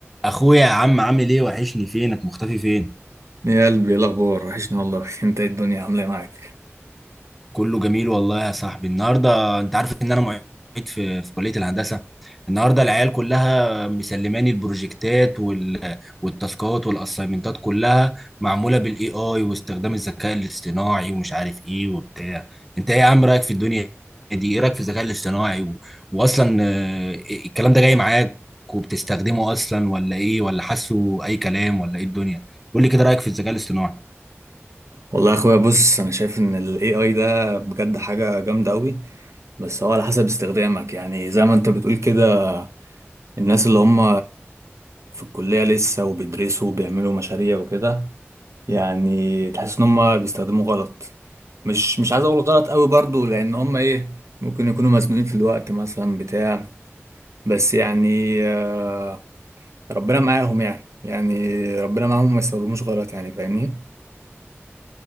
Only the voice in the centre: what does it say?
اخويا يا عم عامل ايه وحشني فينك مختفي فين
كله جميل والله يا صاحبي النهارده انت عارف ان انا معيد في في كليه الهندسه النهارده العيال كلها مسلماني البروجكتات وال... والتاسكات والاسايمنتات كلها معموله بالاي اي واستخدام الذكاء الاصطناعي ومش عارف ايه وبتاع انت ايه يا عم رايك في الدنيا دي ايه رايك في الذكاء الاصطناعي و... واصلا آه، الكلام ده جاي معاك وبتستخدمه اصلا ولا ايه ولا حاسه اي كلام ولا ايه الدنيا قول لي كده رايك في الذكاء الاصطناعي